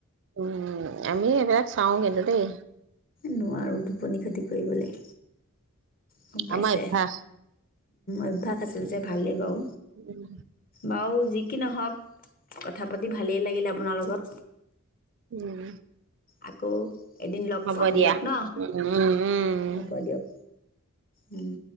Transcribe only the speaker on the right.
উম', আমি এইবিলাক চাওঁ কিন্তু দেই।
আমাৰ অভ্যাস।
উম।
উম,
হ'ব
দিয়া
উম উম উম